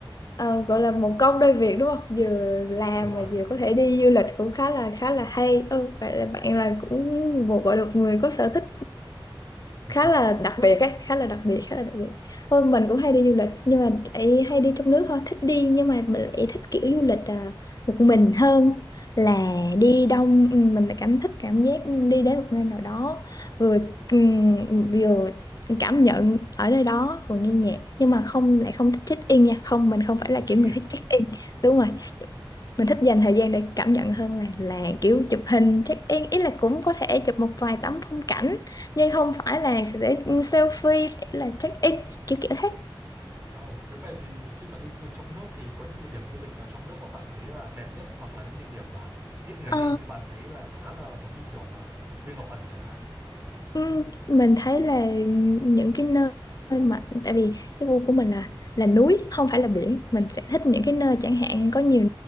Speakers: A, on the left; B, on the right.
A: ờ, gọi là một công đôi việc đúng không vừa làm
B: đúng rồi
A: mà vừa có thể đi du lịch cũng khá là khá là hay ừ vậy là bạn là cũng một gọi là một người có sở thích
B: <laughs>
A: khá là đặc biệt ấy khá là đặc biệt khá là đặc biệt thôi mình cũng hay đi du lịch nhưng mà lại hay đi trong nước thôi thích đi nhưng mà mình lại thích kiểu du lịch à, một mình hơn
B: ồ
A: là đi đông Ừ, mình lại cảm thích cảm giác đi đến một nơi nào đó
B: thế à
A: vừa ừm, vừa cảm nhận ở nơi đó vừa nghe nhạc nhưng mà không
B: Ờ.
A: lại không thích check in nha không mình không phải
B: không
A: là
B: check
A: kiểu người
B: in
A: thích
B: hả
A: check in đúng
B: ờ
A: rồi mình thích dành thời gian để cảm nhận hơn là là kiểu chụp hình check
B: Ờ.
A: in ý là cũng có thể chụp một vài tấm phong cảnh
B: Ừ.
A: nhưng không phải là sẽ selfie là check in kiểu kiểu thế
B: Ồ, thế vậy thì khi bạn đi du lịch trong nước thì có những địa điểm du lịch nào trong nước mà bạn thấy là đẹp nhất hoặc là những địa điểm mà ít người
A: Ờ,
B: đi nhưng bạn thấy là khá là giống như kiểu là Viên Ngọc Ẩn chẳng hạn.
A: ừm, mình thấy là những cái nơi mà tại vì cái gu của mình là là núi không phải là biển mình sẽ thích những cái nơi chẳng hạn có nhiều